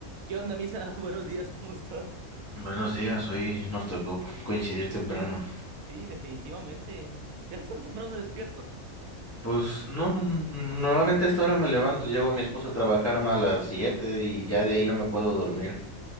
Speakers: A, on the right (about 80°); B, on the left (about 15°).
A: ¿Qué onda, Misa? <laughs> Buenos días, ¿cómo estás?
B: Buenos días, hoy nos tocó coincidir temprano.
A: Sí, definitivamente. ¿Qué haces tan temprano despierto?
B: Pues no, mm, normalmente a esta hora me levanto, llevo a mi esposa a trabajar a las 7 y ya de ahí no me puedo dormir.